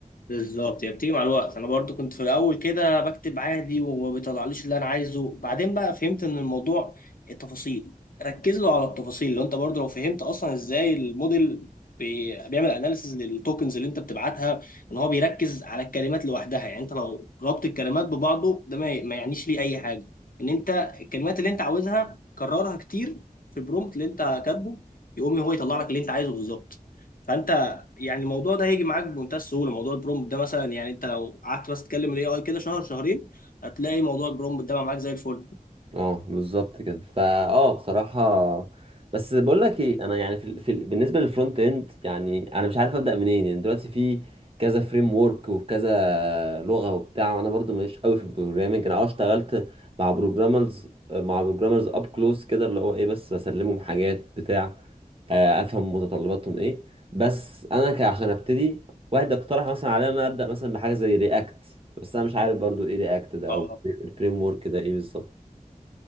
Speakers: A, on the left; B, on the right.
A: بالظبط هي بتيجي مع الوقت انا برضو كنت في الاول كده بكتب عادي وما بيطلعليش اللي انا عايزه بعدين بقى فهمت ان الموضوع التفاصيل ركز له على التفاصيل لو انت برضو لو فهمت اصلا ازاي الموديل بي- بيعمل اناليسز للتوكنز اللي انت بتبعتها ان هو بيركز على الكلمات لوحدها يعني انت لو ربط الكلمات ببعضه ده ما ما يعنيش ليه اي حاجه ان انت الكلمات اللي انت عاوزها كررها كتير في البرومبت اللي انت كاتبه يقوم هو يطلع لك اللي انت عايزه بالظبط فانت يعني الموضوع ده هيجي معاك بمنتهى السهوله موضوع البرومبت ده مثلا يعني انت لو قعدت بس تكلم الاي اي كده شهر شهرين هتلاقي موضوع البرومبت ده بقى معاك زي الفل
B: اه بالظبط كده فا اه بصراحة بس بقول لك ايه انا يعني في, ال- في ال- بالنسبة للفرونت اند يعني انا مش عارف ابدأ منين يعني دلوقتي في كذا فريم ورك وكذا لغة وبتاع وانا برضو ماليش قوي في البروجرامنج انا اه اشتغلت مع بروجرامرز مع بروجرامرز اب كلوز كده اللي هو ايه بس بسلمهم حاجات بتاع آه، افهم متطلباتهم ايه بس انا ك- عشان ابتدي واحد اقترح مثلا عليا ان انا ابدأ مثلا بحاجة زي رياكت بس انا مش عارف برضو ايه رياكت ده
A: اه
B: او الفريم ورك ده ايه بالظبط